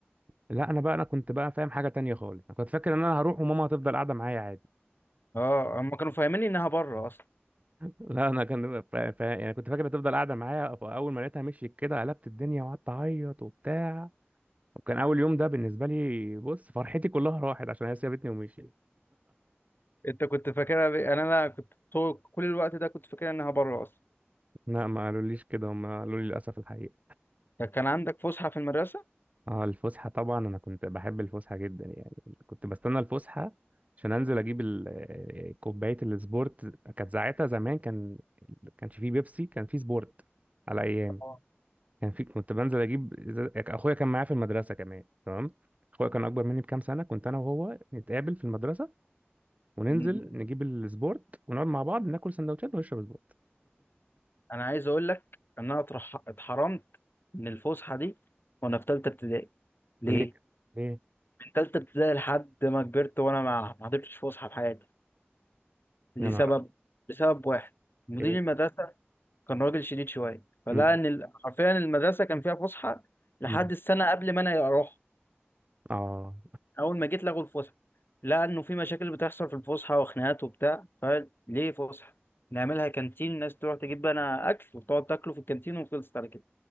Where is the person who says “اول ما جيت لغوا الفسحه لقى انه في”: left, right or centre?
Left